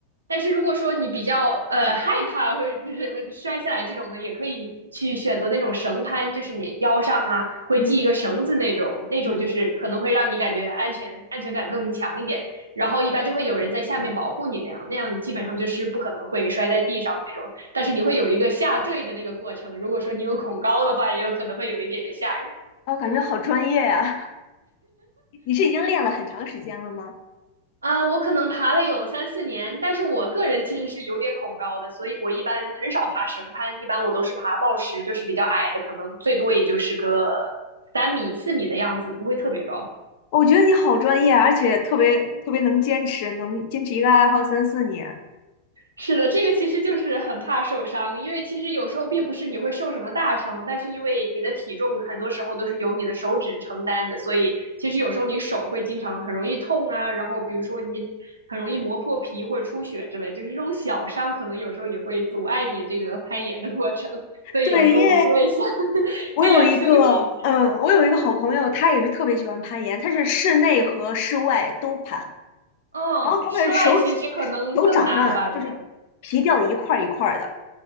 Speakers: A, on the right; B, on the left.
A: 但是如果说你比较呃害怕或者就是摔下来这种呢，也可以去选择那种绳攀，就是你腰上啊会系一个绳子那种，
B: 嗯
A: 那种就是可能会让你感觉安全安全感更强一点。
B: 嗯哼。
A: 然后一般就会有人在下面保护你那样，那样基本上就是不可能会摔在地上那种。但是你会有一个下坠的那个过程，如果说你有恐高的话，也有可能会有一点吓人。
B: 我感觉好专业呀、<laughs> 你是已经练了很长时间了吗？
A: 啊，我可能爬了有三四年，但是我个人其实是有点恐高的，所以我一般很少爬绳攀，一般我都是爬抱石，就是比较矮的，可能最多也就是个三米、四米的样子，不会特别高。
B: 我觉得你好专业，而且特别特别能坚持，能坚持一个爱好三四年。
A: 是的，这个其实就是很怕受伤，因为其实有时候并不是你会受什么大伤，但是因为你的体重很多时候都是由你的手指承担的，所以其实有时候你手会经常很容易痛啊，然后比如说你很容易磨破皮或者出血之类，就是这种小伤可能有时候也会阻碍你这个攀岩的过程，所以有时候我是会想
B: 对，因为
A: <laughs>
B: 我有一个，
A: 尽量休息一下。
B: 嗯，我有一个好朋友，他也是特别喜欢攀岩，他是室内和室外都攀，
A: 嗯，
B: 然后他的手指手掌上就是皮掉的一块儿一块儿的。
A: 室外其实可能更难吧，应该